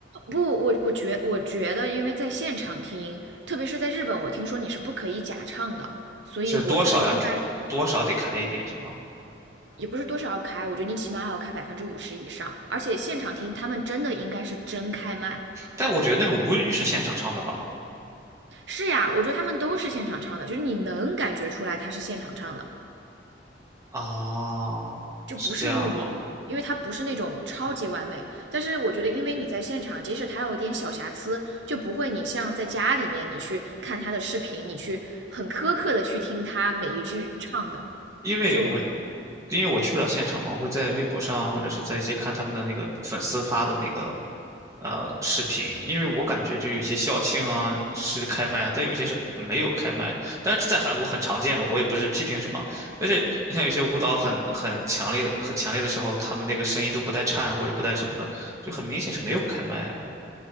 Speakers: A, on the right; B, on the right.
A: 不，我我觉我觉得，因为在现场听，特别是在日本，我听说你是不可以假唱的，所以我觉得应该
B: 就是多少要得多少得开一点是吗？
A: 也不是多少要开，我觉得你起码要开百分之五十以上，而且现场听他们真的应该是真开麦。
B: 但我觉得那个舞女是现场唱的吧？
A: 是呀，我觉得他们都是现场唱的，就是你能感觉出来他是现场唱的。
B: 啊，
A: 就不是录音，
B: 是这样吗？
A: 因为它不是那种超级完美。但是我觉得，因为你在现场，即使它有一点小瑕疵，就不会你像在家里面你去看他的视频，你去很苛刻的去听他每一句唱的。
B: 因为我
A: 就好
B: 因为我去不了现场嘛，我会在微博上或者是在一些看他们的那个粉丝发的那个呃视频，因为我感觉就有一些校庆啊是开麦的，但有些是没有开麦的。但是这在韩国很常见嘛，我也不是批评什么。但是你像有些舞蹈很很强烈、很强烈的时候，他们那个声音都不带颤或者不带什么的，就很明显是没有开麦啊。